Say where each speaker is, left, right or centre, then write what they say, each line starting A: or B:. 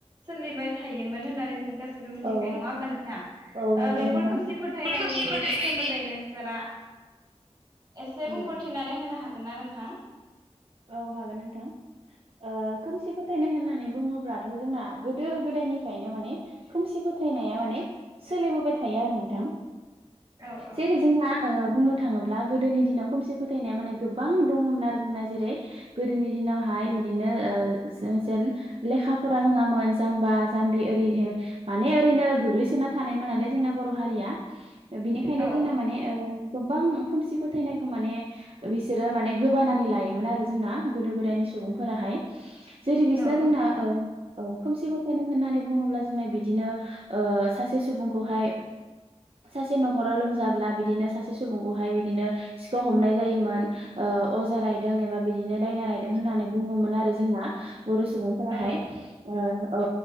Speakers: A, on the right (about 40°); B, on the right (about 55°).
A: सोलिबाय थायोमोन होननानै जों गासै गासिबो मिथिखानाय
B: औ
A: नङा होमबा नोंथां?
B: औ नंगौ
A: बेफोर
B: नोंथां।
A: खोमसि फोथायनायनि
B: खोमसि फोथायनायनि
A: सोमोन्दै नोंसोरा एसे
B: उम
A: बुंफोरथिनानै होनो हागोन ना नोंथां?
B: औ हागोन नोंथां। ओ खोमसि फोथायनाय होननानै बुङोब्लाथ' जोंना गोदो गोदाय निफ्रायनो माने खोमसि फोथायनाया माने सोलिबोबाय थायो आरो नोंथां।
A: औ औ
B: जैरै जोंहा ओ बुंनो थाङोब्ला गोदोनि दिनाव खोमसि फोथायनाया माने गोबां दङमोन आरो जोंना। जेरै गोदोनि दिनावहाय बिदिनो ओ जों जेन लेखा फरा रोङामोन जामबा जा जाम्बि ओरै हो माने ओरैनो गोग्लैसोना थानायमोन नालाय जोंना बर' हारिया। बिनिखायनो
A: औ
B: जोंना माने ओ गोबां खोमसि फोथायनायखौ माने बिसोरो माने गोबानानै लायोमोन आरो। जोंना गोदो गोदायनि सुबुंफोराहाय जेरै बिसना
A: औ
B: जोंना
A: नंगौ
B: ओ औ खोमसि फोथायनाय होननानै बुङोब्ला जोंना बिदिनो ओ सासे सुबुंखौहाय सासे नखराव लोमजाब्ला बिदिनो सासे सुबुंखौहाय बिदिनो सिखाव हमनाय जायोमोन ओ ओ अजा रायदों एबा बिदिनो दायना रायदों होननानै बुङोमोन आरो जोंना बर सुबुंफोराहाय
A: औ नंगौ
B: ओ औ